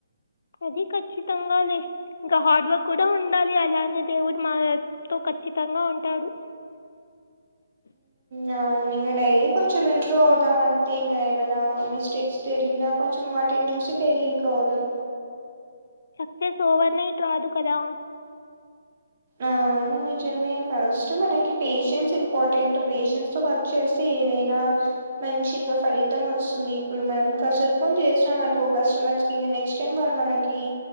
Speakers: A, on the left; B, on the right.
A: అది ఖచ్చితంగా లే ఇంకా హార్డ్ వర్క్ కూడా ఉండాలి అలానే దేవుడు మాతో ఖచ్చితంగా ఉంటాడు స్
B: ఆ అవునింగ డైలీ కొంచం ఇంప్రూవ్ అవుదాం అంతే ఇంగా ఏమనా మిస్టేక్స్ తరిగిన కొంచెం వాటిని చూసి డైలీ ఇంప్రూవ్ అవుదాం
A: సక్సెస్ ఓవర్ నైట్ రాదు కదా
B: ఆ అవును నిజమే ఫస్ట్ మనకి పేషెన్స్ ఇంపార్టెంట్ పేషెన్స్ తో ఫస్ట్ చేస్తే ఏదైనా మంచిగా ఫలితం వస్తుంది ఇప్పుడు మనం కసుర్కొని చేసినాం అనుకో కస్టమర్స్ ఇంగ నెక్స్ట్ టైమ్ వాళ్ళు మనకి